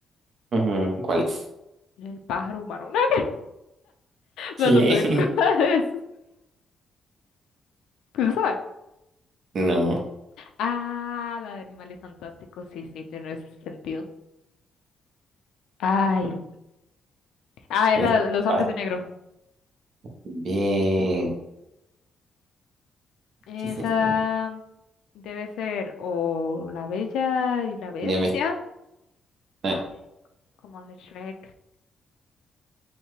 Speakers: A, on the right; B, on the left.
A: ujú. ¿Cuál es?
B: El pájaro humano. <laughs>
A: ¿Qué?
B: No, no sé
A: <laughs>
B: cuál es. ¿Quién sabe?
A: No,
B: Ah, la de animales fantásticos. Sí, sí, tiene sentido. Ay. Ah, era
A: es
B: Los hombres
A: fácil.
B: de negro.
A: Bien.
B: Esa
A: ¿Qué es esto?
B: debe ser o La Bella y la Bestia.
A: Ya me- ay,
B: Ah, como de Shrek.